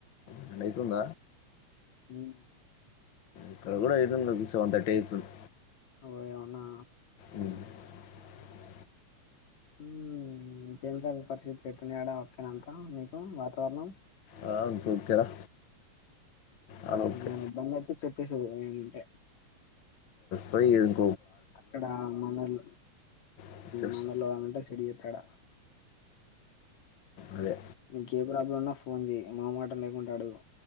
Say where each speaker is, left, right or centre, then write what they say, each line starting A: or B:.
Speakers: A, on the left; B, on the left.
A: పన్నెండు అయితుంద
B: హ్మ్
A: ఇక్కడ కూడా అయితుంది ఒక సెవెన్ థర్టీ అయితువుంది
B: ఓయ్ అవునా
A: అ <unintelligible>
B: హ్మ్ ఇంకేంటి పరిస్థితులు ఎట్ల ఉనాయి ఆడ ఓకేనంతా మీ హ్మ్ వాతావరణం
A: ఆ, ఇంకా ఓకేరా ఆ, ఓకే
B: ఏమైనా ఇబ్బంది అయితే చెప్పేసే ఏమినుంటే
A: పో <inaudible>
B: అక్కడ మనోలు
A: వచ్చేస్తా
B: మనోలు ఎవరైనా ఉంటే సెట్ చెయ్యి అక్కడ
A: అదే
B: నికి ఏ ప్రాబ్లమ్ ఉన్నా ఫోన్ చెయి మొహమాటం లేకుండు అడుగు